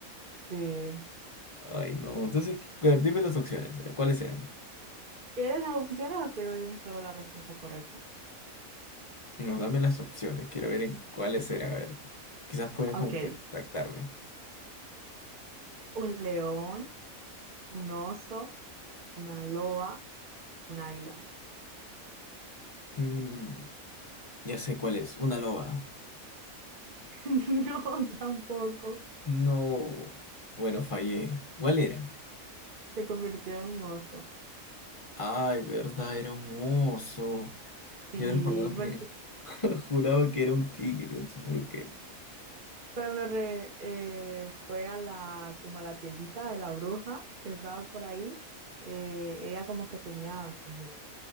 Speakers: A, on the right; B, on the left.
A: Sí.
B: Ay, no. Entonces, ¿qué- cuál- dime las opciones. eh, ¿Cuáles eran?
A: ¿Quieres las opciones o te doy un solo la respuesta correcta?
B: No, dame las opciones. Quiero ver en cuáles eran. A ver, quizás pueda
A: Ok,
B: como que retractarme.
A: un león, un oso, una loba, un águila.
B: Mm, ya sé cuál es. Una loba.
A: <laughs> No, tampoco.
B: No. Bueno, fallé. ¿Cuál era?
A: Se convirtió en un oso.
B: Ay, verdad, era un oso.
A: Sí,
B: Yo recordaba que
A: porque
B: era. <laughs> Juraba que era un tigre, no sé por qué.
A: Cuando re- eh, fue a la, como a la tiendita de la bruja que estaba por ahí, eh, ella como que tenía como